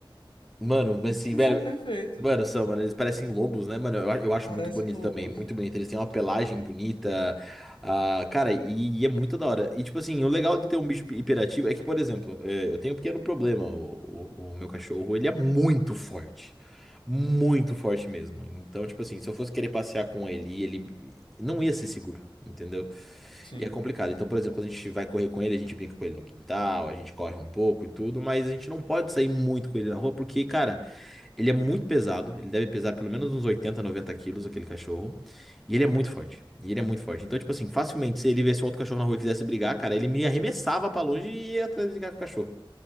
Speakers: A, in the centre; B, on the left.
A: Mano, mas
B: Porque
A: assim,
B: eles
A: velho.
B: são perfeitos.
A: Mano, são, mano, eles parecem lobos, né, mano? Eu, a- eu acho
B: Parecem
A: muito bonito
B: lobos.
A: também, muito bonito. Eles têm uma pelagem bonita. ah, cara, e, e é muito da hora. E, tipo assim, o legal de ter um bicho hiperativo é que, por exemplo, é, eu tenho um pequeno problema. O, o, o meu cachorro, ele é muito forte. Muito
B: Uhum.
A: forte mesmo. Então, tipo assim, se eu fosse querer passear com ele, ele não ia ser seguro, entendeu?
B: Sim,
A: E é complicado. Então, por exemplo, quando a gente vai correr com ele, a gente brinca com ele no quintal, a gente corre um pouco e tudo, mas a gente não pode sair muito com ele na rua, porque, cara. Ele é muito pesado, ele deve pesar pelo menos uns 80, 90 quilos, aquele cachorro. E ele é muito forte. E ele é muito forte. Então, tipo assim, facilmente, se ele viesse um outro cachorro na rua e quisesse brigar, cara, ele me arremessava pra longe e ia atrás de brigar com o cachorro.